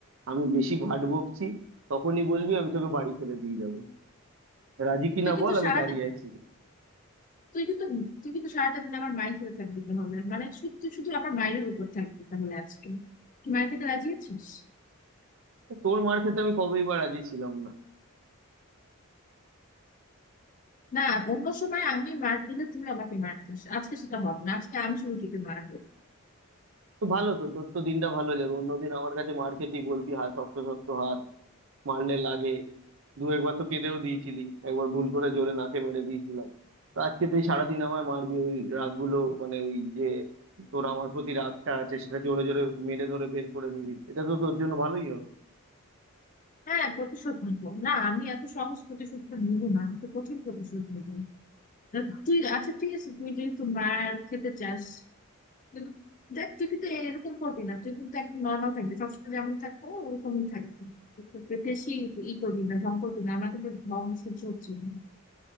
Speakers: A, on the right (about 60°); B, on the left (about 35°).
A: আমি বেশি ভাট বকছি তখনই বলবি আমি তোকে বাড়ি ছেড়ে দিয়ে যাবো রাজি কিনা
B: তুই কিন্তু
A: বল আমি
B: সারাটা
A: দাঁড়িয়ে আছি
B: তুই কিন্তু তুই কিন্তু সারাটা দিন আমার মায়ের খেয়ে থাকবি তাহলে মানে শুধু শুধু আমার মায়ের উপর থাকবি তাহলে আজকে তুই মায়ের খেতে রাজি আছিস
A: তোর মার খেতে আমি কবেই বা রাজি ছিলাম
B: না অন্য সময় আমি মার দিলে তুমি আমাকে মারতিস আজকে সেটা হবে না আজকে আমি শুরু থেকে মারবো
A: তো ভালো তো তোর তো দিনটা ভালো যাবে অন্যদিন আমার কাছে মার খেতেই বলতি হাত শক্ত শক্ত হাত মারলে লাগে দু একবার তো কেঁদেও দিয়েছিলি একবার ভুল করে জোরে নাকে মেরে দিয়েছিলাম তো আজকে তুই সারাদিন আমায় মারবি ওই রাগগুলো মানে ওই যে তোর আমার প্রতি রাগটা আছে সেটা জোরে জোরে মেরে ধরে বের করে নিবি এটা তো তোর জন্য ভালোই হবে
B: হ্যাঁ প্রতিশোধ নিবো না আমি এত সহজ প্রতিশোধ নিবো না তো কঠিন প্রতিশোধ নিবো তা তুই আচ্ছা ঠিক আছে তুই যেহেতু মার খেতে চাস কিন্তু দেখ তুই কিন্তু এরকম করবি না তুই কিন্তু একদম নর্মাল থাকবি সবসময় যেমন থাকবো ওরকমই থাকবি তুই তোকে বেশি ই করবি না ঢং করবি না আমার কিন্তু ঢং সহ্য হচ্ছে না